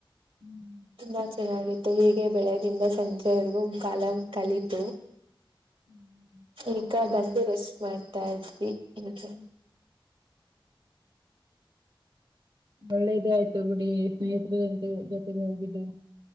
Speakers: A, on the right; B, on the right.
A: ಹ್ಮ್
B: ತುಂಬಾ ಚೆನ್ನಾಗಿತ್ತು ಹೀಗೆ ಬೆಳಗ್ಗಿಂದ ಸಂಜೆವರೆಗೂ ಕಾಲಂ ಕಲಿತು.
A: <inaudible>
B: ಈಗ ಬಂದು ರೆಸ್ಟ್ ಮಾಡ್ತಾ ಇದ್ವಿ. ಹೀಗೆ
A: <unintelligible> ಒಳ್ಳೆದೆ ಆಯ್ತು ಬಿಡಿ ಸ್ನೇಹಿತರ ಅಂತೆ ಜೊತೆಗೆ ಹೋಗಿದ್ದು.